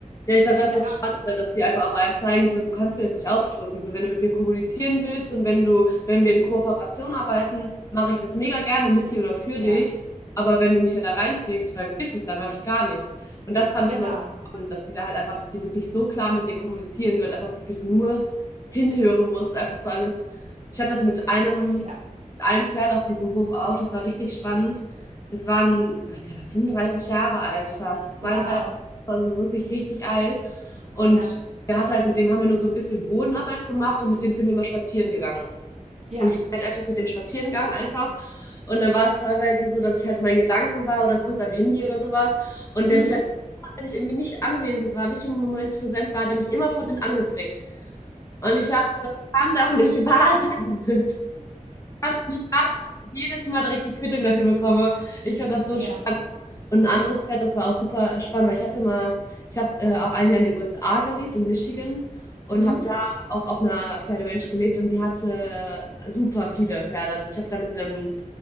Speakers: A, on the left (about 25°); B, on the right (about 55°).
A: ja, ich glaube, das
B: Wir
A: ist das
B: haben.
A: Spannende, dass die einfach auch einem zeigen, so, du kannst mir das nicht aufdrücken. So, wenn du mit mir kommunizieren willst und wenn du, wenn wir in Kooperation arbeiten, mache ich das mega gerne mit dir oder für
B: Ja,
A: dich. Aber wenn du mich ja da reinzwingst, vergiss es, dann mache ich gar nichts. Und das fand
B: genau.
A: ich immer so spannend, dass die da halt einfach, dass die wirklich so klar mit dir kommunizieren, du halt einfach wirklich nur hinhören musst, einfach so alles. Ich hatte das mit einem,
B: Ja.
A: einem Pferd auf diesem Hof auch, das war richtig spannend. Das war ein, na, der war 35 Jahre alt, fast zweiunddreißig
B: Wow.
A: also wirklich richtig alt. Und
B: Ja.
A: der hat halt, mit dem haben wir nur so ein bisschen Bodenarbeit gemacht und mit dem sind wir immer spazieren gegangen.
B: Ja.
A: Und ich bin halt öfters mit dem spazieren gegangen einfach. Und dann war es teilweise so, dass ich halt in meinen Gedanken war oder kurz am Handy oder sowas. Und
B: Mhm.
A: der mich dann, wenn ich irgendwie nicht anwesend war, nicht im Moment präsent war, hat der mich immer von innen angezwickt. Und ich war, das kann doch nicht wahr sein. <laughs> Und ich war, dass ich jedes Mal direkt die Quittung dafür bekomme. Ich fand das so
B: Ja.
A: schön. Und ein anderes Pferd, das war auch super spannend, weil ich hatte mal, ich habe äh, auch ein Jahr in den USA gelebt, in Michigan, und
B: Mhm.
A: habe da auch auf einer Pferderanch gelebt und die hatte super viele Pferde. Also ich habe da mit einem